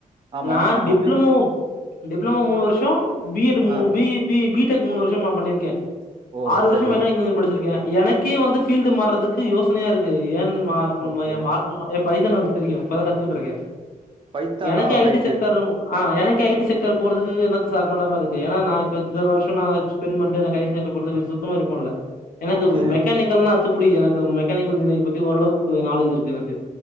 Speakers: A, on the right (about 35°); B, on the left (about 85°).
A: ஆமா,
B: நா
A: ஆமா.
B: டிப்ளமோ
A: பிசிக்ஸ்
B: டிப்ளமோ மூணு வருஷோ பியேட் மு
A: ஆ.
B: பி பி பிடக் மூணு வருஷமா பண்ணிருக்கே
A: ஓ!
B: ஆறு வருஷம்
A: சரி.
B: மெக்கானிக்கல் இனிய படிச்சிருக்கேன் எனக்கே வந்து பபீல்டு மாறதுக்கு யோசனையா இருக்கு ஏன் மாறணுமய
A: ஓகே.
B: மாறணுமா யேப்பை தான் தெரியும் இபொதா கத்துக்கிட்டு இருக்கேன்
A: பைத்தானா
B: எனக்கெ ஐ
A: ரைட்டு.
B: டி செக்டர் ரொ ஆ எனக்கு ஐ டி செக்டர் போறதுக்கு எனக்கு சகண்டமா இருக்கு ஏன்னா ந இப்பத்தன வருஷம் நா ஸ்பென்ட் பண்டு எனக்கு ஐ டி செக்டர் போறதுல எனக்கு சுத்தமா இருப்பம் இல்ல எனக்கு
A: ஓகே.
B: மெக்கானிக்கல்லாம் அத்துபுடி எனக்கு மெக்கானிக்கல் இன்ஜினியர் பத்தி ஓரளவுக்குநாலேஜ் இருக்கு எனக்கு